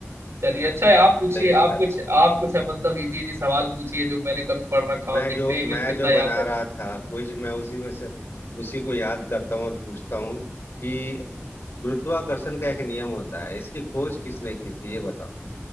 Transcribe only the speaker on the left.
हाँ
जी
सही बताया
मैं
जो
मैं
जो
बना
रहा था क्विज मैं उसी में से उसी को याद करता हूँ और पूछता हूँ कि गुरुत्वाकर्षण का एक नियम होता है इसकी खोज किसने की थी ये बताओ